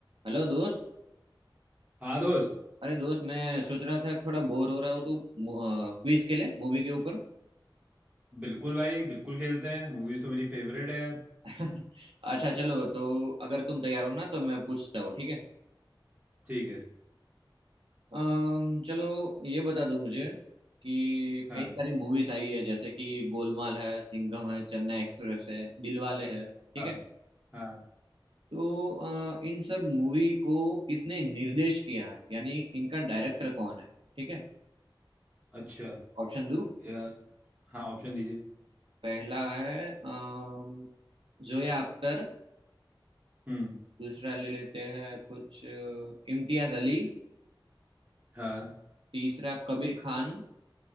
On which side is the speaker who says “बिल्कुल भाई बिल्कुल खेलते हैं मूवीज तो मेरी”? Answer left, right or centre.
Right